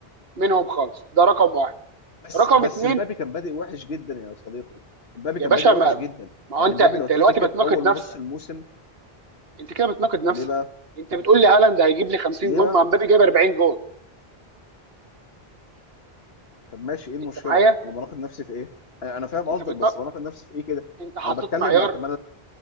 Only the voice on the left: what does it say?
بس
بس
مبابي كان بادئ وحش جدا يا صديقي مبابي
كان
بادئ
وحش جدا
يعني
مبابي
لو تفتكر
اول
نص الموسم
ليه بقى
ليه
بقى
طب ماشي ايه المشكله
انا بناقض نفسي في ايه انا أنا فاهم
قصدك
بس بناقض نفسي في ايه كده
انا بتكلم
مع طب